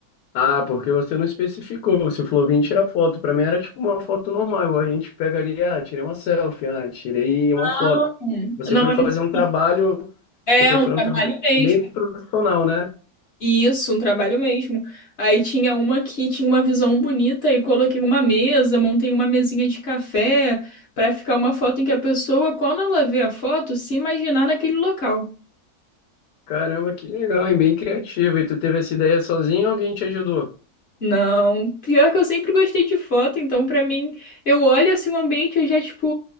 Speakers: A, on the left (about 85°); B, on the left (about 50°).
A: Ah, porque você não especificou, você falou, vim tirar foto, pra mim era tipo uma foto normal, igual a gente pega ali, ah, tirei uma selfie, ah, tirei
B: Não,
A: uma foto. Você
B: Não
A: foi fazer
B: é isso.
A: um trabalho,
B: É
A: você foi
B: um
A: fazer
B: trabalho
A: um trabalho
B: mesmo.
A: meio que profissional, né?
B: Isso, um trabalho mesmo. Aí tinha uma que tinha uma visão bonita e coloquei uma mesa, montei uma mesinha de café para ficar uma foto em que a pessoa, quando ela vê a foto, se imaginar naquele local.
A: Caramba, que legal, hein? Bem criativa. E tu teve essa ideia sozinho ou alguém te ajudou?
B: Não, pior que eu sempre gostei de foto, então pra mim, eu olho assim o ambiente, eu já tipo,